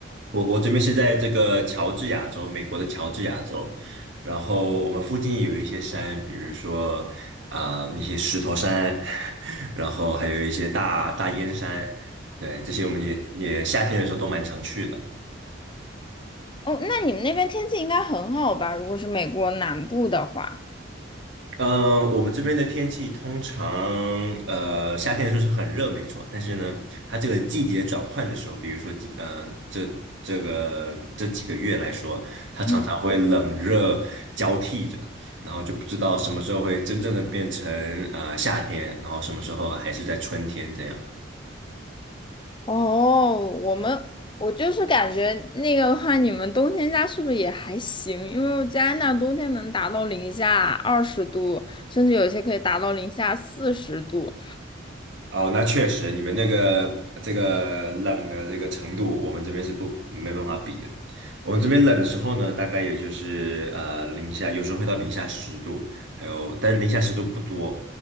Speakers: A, on the right (about 70°); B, on the left (about 25°).
A: 我我这边是在这个乔治亚州，美国的乔治亚州，然后我们附近有一些山，比如说啊、一些石头山，<laughs> 然后还有一些大大烟山，对，这些我们也也夏天的时候都蛮常去的。
B: 哦，那你们那边天气应该很好吧？如果是美国南部的话，
A: 嗯，我们这边的天气通常，呃，夏天的时候是很热，没错。但是呢，它这个季节转换的时候，比如说几，呃，这这个这几个月来说，它常常会冷热交替着，
B: 嗯，
A: 然后就不知道什么时候会真正的变成呃夏天，然后什么时候还是在春天这样。
B: 哦，我们我就是感觉那个的话，你们冬天家是不是也还行？因为加拿大冬天能达到零下二十度，甚至有些可以达到零下四十度。
A: 哦，那确实，你们那个这个冷的这个程度，我们这边是不没办法比的。我们这边冷的时候呢，大概也就是呃零下，有时候会到零下十度，还有但是零下十度不多。